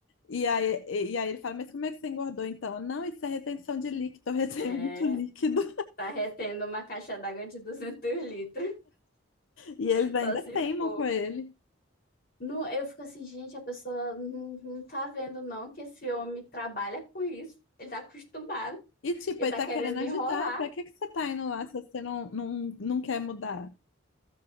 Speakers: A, on the left; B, on the left.
A: E aí, e, e aí ele fala, mas como é que você engordou então? Não, isso é retenção de líquido, eu retenho
B: é,
A: <laughs> muito líquido.
B: tá retendo uma caixa d'água de 200 litros,
A: E
B: <laughs>
A: eles ainda
B: só se
A: teimam
B: for.
A: com ele.
B: Não, eu fico assim, gente, a pessoa não, não tá vendo, não, que esse homem trabalha com isso. Ele tá acostumado,
A: E tipo,
B: ele
A: ele
B: tá
A: tá
B: querendo
A: querendo ajudar,
B: enrolar.
A: pra que que você tá indo lá se você não, não, não quer mudar?